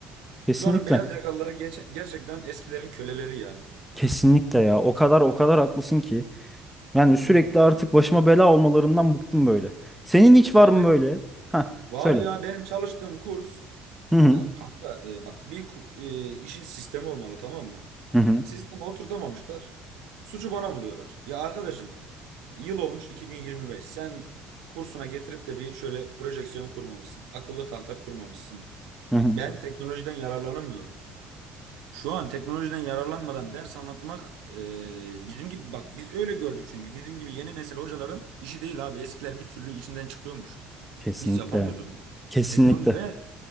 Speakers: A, in the centre; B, on the right.
A: Kesinlikle.
B: Şu anın beyaz yakalıları geç- gerçekten eskilerin köleleri ya.
A: Kesinlikle ya. O kadar o kadar haklısın ki. Yani sürekli
B: Anladım.
A: artık başıma bela olmalarından bıktım böyle. Senin hiç
B: Ya
A: var mı
B: benim
A: böyle? Ha,
B: var
A: söyle.
B: ya benim çalıştığım kurs
A: Hı hı.
B: ya kanka e, bak bir ku- e, işin sistemi olmalı tamam mı?
A: Hı hı.
B: Sisteme oturtamamışlar. Suçu bana buluyorlar. Ya arkadaşım yıl olmuş iki bin yirmi beş Sen kursuna getirip de bir şöyle projeksiyon kurmamışsın. Akıllı tahta kurmamışsın.
A: Hı hı.
B: Ben teknolojiden yararlanamıyorum. Şu an teknolojiden yararlanmadan ders anlatmak e, bizim gibi bak biz öyle gördük çünkü bizim gibi yeni nesil hocaların işi değil abi. Eskiler bir türlü içinden çıkıyormuş.
A: Kesinlikle.
B: Biz yapamıyoruz onu.
A: Kesinlikle.
B: Teknoloji ve